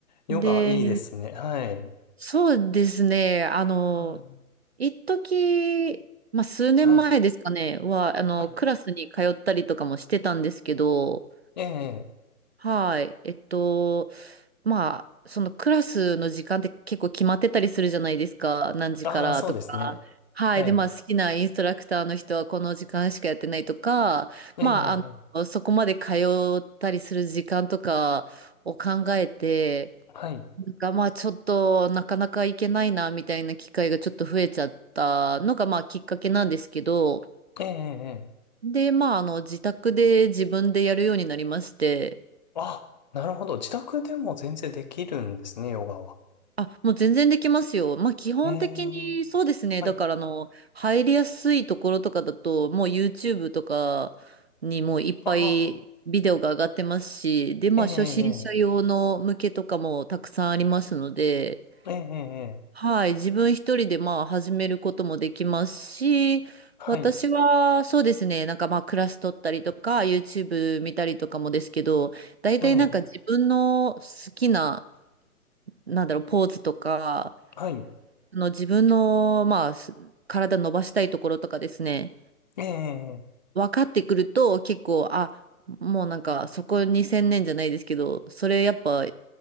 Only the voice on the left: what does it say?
ヨガいいですね。
はい。
うん
はい、
はい。
ええ、
ああ、そうですね。
はい。
ええ、
はい。
ええ、ええ
あ、なるほど。自宅でも全然できるんですね、ヨガは。
ええ、はい。
ああ。
ええ、ええ、ええ、ええ
はい、
ええ、
はい、
ええ、